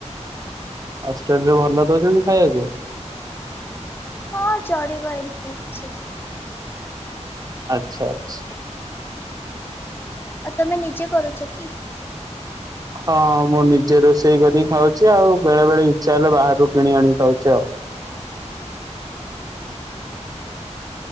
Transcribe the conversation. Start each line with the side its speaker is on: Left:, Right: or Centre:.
Right: ହଷ୍ଟେଲ ରେ ଭଲ ଦଉଚନ୍ତି ଖାଇବାକୁ?
Left: ହଁ ଚଳିବ ଏମିତି କିଛି ନାହିଁ।
Right: ଆଚ୍ଛା ଆଚ୍ଛା।
Left: ଆଉ ତମେ ନିଜେ କରୁଚ କି?
Right: ହଁ ମୁଁ ନିଜେ ରୋଷେଇ କରିକି ଖାଉଛି ଆଉ ବେଳେ ବେଳେ ଇଚ୍ଛା ହେଲେ ବାହାରୁ କିଣି ଆଣିକି ଖାଉଛି ଆଉ।